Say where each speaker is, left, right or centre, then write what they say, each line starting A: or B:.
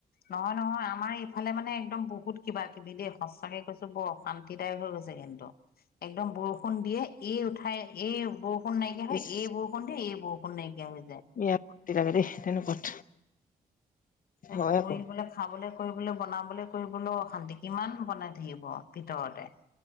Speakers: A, on the left; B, on the left.
A: নহয় নহয় আমাৰ ইফালে মানে একদম বহুত কিবা কিবি দেই সঁচাকে কৈছো বৰ অশান্তিদায়ক হৈ গৈছে কিন্তু একদম বৰষুণ দিয়ে এই উঠাই এই বৰ <unintelligible> নাইকিয় হয়
B: ইচ
A: এই বৰষুণ এই বৰষুণ নাইকিয়া হৈ যায়।
B: বেয়া লাগে দেই তেনেকুৱাত
A: এ
B: হয়
A: কৰি
B: আকৌ
A: বোলে খাবলে। কৰিবলৈ বনাবলৈ কৰিবলৈ অশান্তি কিমান বনাই থাকিব ভিতৰতে।